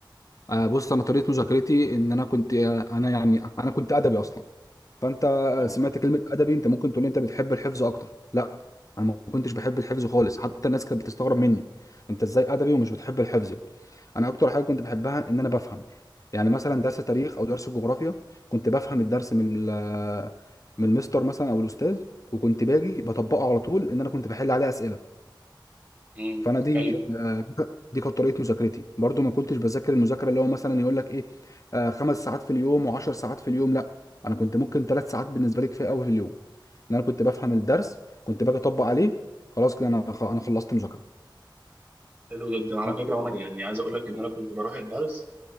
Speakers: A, on the left; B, on the right.
A: آه، بص انا طريقه مذاكرتي ان انا كنت آه، انا يعني انا كنت ادبي اصلا فانت
B: اه
A: سمعت كلمه ادبي انت ممكن تقول لي انت بتحب الحفظ اكتر لا انا ما كنتش بحب الحفظ خالص حتى الناس كانت بتستغرب مني انت ازاي ادبي ومش بتحب الحفظ يعني انا اكتر حاجه كنت بحبها ان انا بفهم يعني مثلا درس تاريخ او درس جغرافيا كنت بفهم الدرس من ال- من المستر مثلا او الاستاذ وكنت باجي بطبقه على طول ان انا كنت بحل عليه اسئله
B: امم
A: فانا دي
B: حلو
A: آه، دي كانت طريقه مذاكرتي برضو ما كنتش بذاكر المذاكره اللي هو مثلا يقول لك ايه آه، خمس ساعات في اليوم و10 ساعات في اليوم لا انا كنت ممكن ثلاث ساعات بالنسبه لي كفايه قوي في اليوم ان انا كنت بفهم الدرس كنت باجي اطبق عليه خلاص كده انا خ- انا خلصت مذاكره
B: حلو جدا على
A: ف-
B: فكره وانا يعني عايز اقول لك ان انا كنت بروح الدرس